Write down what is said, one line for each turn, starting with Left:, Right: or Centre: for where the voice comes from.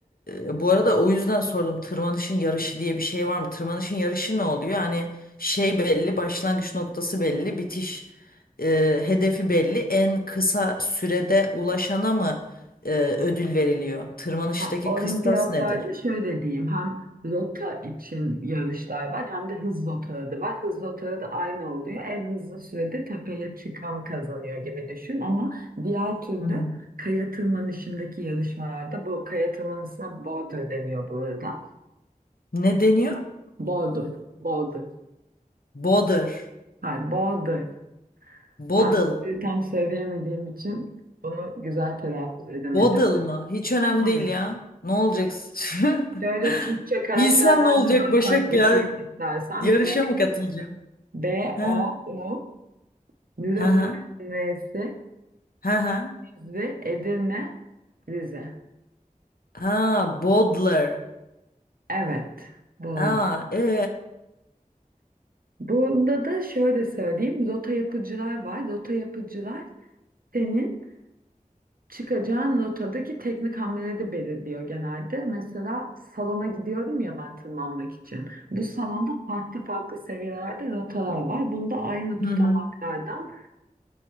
Left: e, bu arada o yüzden sordum. Tırmanışın yarışı diye bir şey var mı? Tırmanışın yarışı ne oluyor? Yani şey belli, başlangıç noktası belli, bitiş e, hedefi belli. En kısa sürede ulaşana mı e, ödül veriliyor? Tırmanıştaki
Right: Ha, Olimpiyatlarda
Left: kıstas nedir?
Right: şöyle diyeyim, hem rota için yarışlar var hem de hız rotaları da var. Hız rotaları da aynı oluyor. En hızlı sürede tepeye çıkan kazanıyor gibi düşün ama diğer türlü
Left: Hı hı.
Right: kaya tırmanışındaki yarışmalarda bu kaya tırmanışına border deniyor burada.
Left: Ne deniyor?
Right: Boulder. Boulder.
Left: Boulder.
Right: Hayır, Boulder.
Left: Bodıl.
Right: Ben sizi tam söyleyemediğim için bunu güzel telaffuz edemedim.
Left: Bodıl mı? Hiç önemli
Right: Hayır.
Left: değil ya. Ne olacaksın?
Right: Şöyle
Left: <laughs>
Right: Türkçe karakterden
Left: Bilsem ne olacak
Right: bir harf
Left: Başak
Right: harf okuyayım
Left: ya?
Right: istersen.
Left: Yarışa
Right: B,
Left: mı katılacağım?
Right: B,
Left: Ha
Right: O, U, Lüleburgaz'ın
Left: ha ha
Right: N'si,
Left: ha ha.
Right: Rize, Edirne, Rize.
Left: Ha, Bodler.
Right: Evet, Boulder.
Left: Ha e.
Right: Bunda da şöyle söyleyeyim. Rota yapıcılar var. Rota yapıcılar senin çıkacağın rotadaki teknik hamleleri belirliyor genelde. Mesela salona gidiyorum ya ben tırmanmak için. Bu salonda farklı farklı seviyelerde rotalar var. Bunda aynı
Left: Hı
Right: tutamaklardan,
Left: hı.